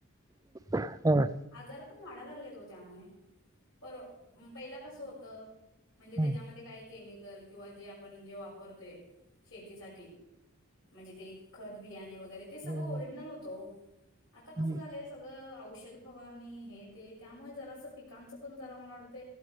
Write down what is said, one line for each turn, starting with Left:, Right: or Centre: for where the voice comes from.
Right: हा
Left: आजार पण वाढा लागलेतो त्यामुळे पर पहिला कसं होत म्हणजे
Right: हं,
Left: त्याच्यामध्ये काही केमिकल किंवा जे आपण जे वापरतोय शेतीसाठी म्हणजे ते खत बियाणे वगैरे ते
Right: हं,
Left: सगळं ओरिजनल होतं आता कसं
Right: हं.
Left: झालंय सगळं औषध फवारणी हे ते त्यामुळे जरास पिकांचं पण जरा मला वाटत